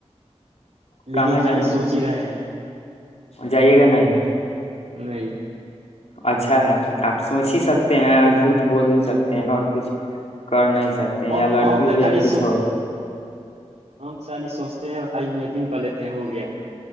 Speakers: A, on the left; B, on the right.
A: کہاں
B: لیکن
A: جانا
B: خالی سوچ ہی رہے ہیں
A: جائیے گا نہیں
B: نہیں
A: اچھا ہے آپ سوچ ہی سکتے ہیں جھوٹ بول ہی سکتے ہیں اور کچھ کر نہیں سکتے
B: ہم
A: یا لڑکی
B: ہم تو
A: ہو یا
B: خالی
A: کچھ
B: سو-
A: اور
B: ہم چالی سوچتے ہیں آئی مجن کر لیتے ہیں ہو گیا